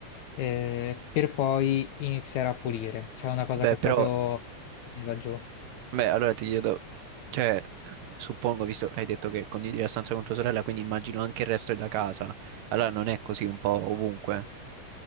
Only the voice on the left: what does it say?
eh, per poi iniziare a pulire. C'è una cosa
che
proprio mi va giù.